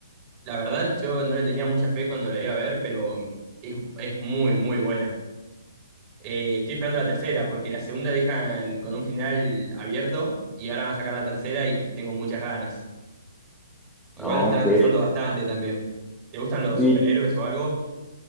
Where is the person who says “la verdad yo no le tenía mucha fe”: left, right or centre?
Right